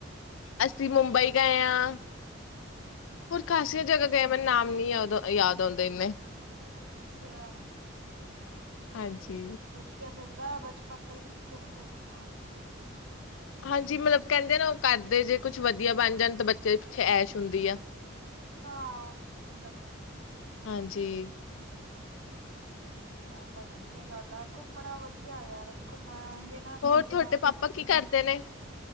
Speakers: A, on the left; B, on the right.
A: ਅਸੀਂ ਮੁੰਬਈ ਗਏ ਆਂ, ਹੋਰ ਖਾਸੀਆਂ ਜਗਾ ਗਏ ਆਂ ਮੈਨੂੰ ਨਾਮ ਨੀ ਯਾਦ ਯਾਦ ਔਂਦੈ ਏਂਨੇ।
B: ਅੱਛਿਆ,
A: ਹਾਂਜੀ।
B: ਵਦੀਆ ਫੇਰ। ਤਾਂ ਬਚਪਨ ਤੋਂ ਈ ਫਿਰਦੇ ਰਏ ਓਂ ਤੁਸੀਂ?
A: ਹਾਂਜੀ ਮਤਲਬ, ਕੈਂਦੇ ਆ ਨਾ ਓ ਕਰਦੇ ਜੇ ਕੁੱਛ ਵਦੀਆ ਬਨ ਜਾਨ ਤਾਂ ਬੱਚੇ ਦੀ ਪਿੱਛੇ ਐਸ਼ ਹੁੰਦੀ ਆ।
B: ਹਾਂ, ਓ ਵੀ ਸਈ ਗੱਲ ਆ।
A: ਹਾਂਜੀ।
B: ਐ ਤਾਂ ਵਦੀਆ ਗੱਲ ਆ, ਘੁੰਮਨਾ ਵਦੀਆ ਯਾਰ ਘੁੰਮਾ ਗੇ
A: ਹੋਰ
B: ਫੇਰ
A: ਤੁਹਾਡੇ
B: ਤਾਂ,
A: ਪਾਪਾ ਕੀ ਕਰਦੇ ਨੇ